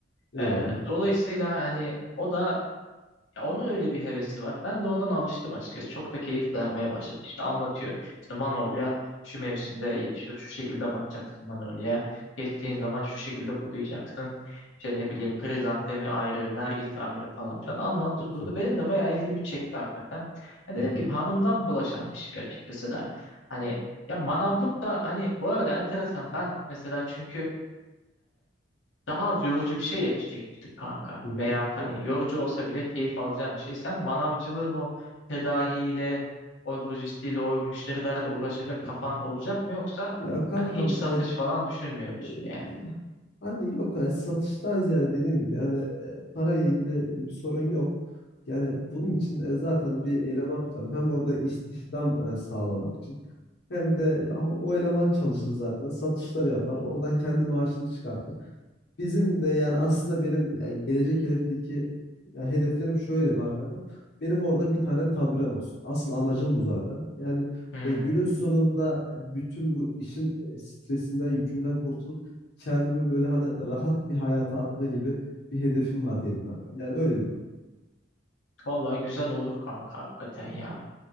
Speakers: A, on the left; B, on the left.
A: Eyvallah.
B: E, dolayısıyla hani o da ya onun öyle bir hevesi var. Ben de ondan alıştım açıkçası. Çok da keyif vermeye başladı. İşte anlatıyor. İşte Manolya şu mevsimde yetişir. Şu şekilde bakacaksın Manolya'ya. Kestiğin zaman şu şekilde budayacaksın. İşte ne bileyim krizantemi ayrı, nergisi ayrı falan filan anlattı
A: Çok güzel.
B: durdu. Benim de bayağı ilgimi çekti hakikaten. Ya dediğim
A: Hı hı.
B: gibi hanımdan bulaşan bir şey açıkçası da. Hani ya manavlık da hani bu arada enteresan. Ben mesela çünkü daha az yorucu bir şey yetişecektik kanka.
A: Hı hı.
B: Veyahut hani
A: Tabii.
B: yorucu olsa bile keyif alacağım bir şey. Sen manavcılığın o tedariğiyle, o lojistiğiyle, o müşterilerle uğraşacak
A: Hı
B: kafan
A: hı.
B: olacak mı yoksa
A: Ya kankam
B: hani hiç satış
A: e,
B: falan düşünmüyor musun
A: e,
B: yani?
A: hani yok e, satıştan ziyade dediğim gibi yani e, parayla ilgili e, bir sorun yok. Yani bunun için e, zaten bir eleman tutarım. Hem orada istihdam e, sağlamak için hem de ya, o o eleman çalışır zaten satışları yapar. Oradan kendi maaşını çıkartır. Bizim de yani aslında benim ya gelecek hedefteki ya hedeflerim şöyle var kankam. Benim orada bir tane taburem olsun. Asıl amacım bu zaten. Yani
B: Hmm,
A: e, günün sonunda bütün bu işin e, stresinden, yükünden kurtulup kendimi böyle hani rahat bir hayata atma gibi bir hedefim var diyelim kankam. Yani öyle bir durum.
B: vallahi güzel olur kanka hakikaten ya.